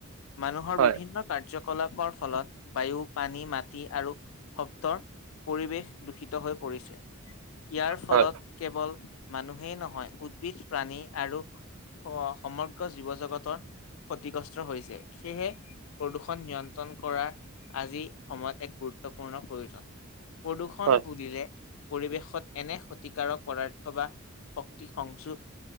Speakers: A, on the left; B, on the right.
A: মানুহৰ
B: হয়
A: বিভিন্ন কাৰ্য। কাৰ্যকলাপৰ ফলত বায়ু পানী মাটি আৰু শব্দৰ। পৰিৱেশ দূষিত হৈ পৰিছে ইয়াৰ ফলত
B: হয়
A: কেৱল। মানুহেই নহয় উদ্ভিদ প্ৰাণী আৰু সমগ্ৰ জীৱ জগতৰ। ক্ষতিগ্ৰস্ত হৈছে সেয়েহে প্ৰদূষণ নিয়ন্ত্ৰণ কৰা। আজি সময়ত এক গুৰুত্বপূৰ্ণ প্ৰয়োজন প্ৰদূষণ
B: হয়
A: বুলিলে পৰিৱেশত। এনে ক্ষতিকাৰক পদাৰ্থ বা। শক্তি সংযো